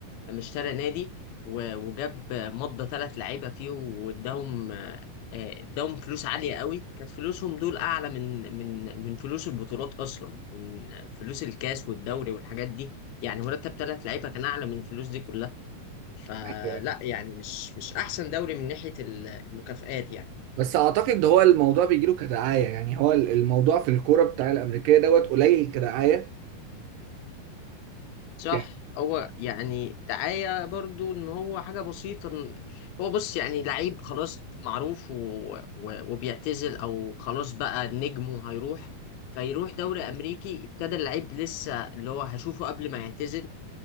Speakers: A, on the left; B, on the right.
A: لما اشترى نادي و- وجاب مضى ثلاث لعيبه فيهم واداهم آه، آه، اداهم فلوس عاليه قوي كانت فلوسهم دول اعلى من من من فلوس البطولات اصلا من فلوس الكاس والدوري والحاجات دي يعني مرتب ثلاث لعيبه كان اعلى من الفلوس دي كلها فلا
B: أيوة.
A: يعني مش مش احسن دوري من ناحية المكافآت يعني
B: بس اعتقد ده هو الموضوع بيجي له كدعايه يعني هو الموضوع في الكوره بتاع الامريكيه دوت قليل كدعايه
A: صح
B: يعني
A: هو يعني دعاية برضو ان هو حاجة بسيطة إن هو بص يعني لعيب خلاص معروف و... و... وبيعتزل او خلاص بقى نجمه هيروح فيروح دوري امريكي ابتدى اللعيب لسه اللي هو هشوفه قبل ما يعتزل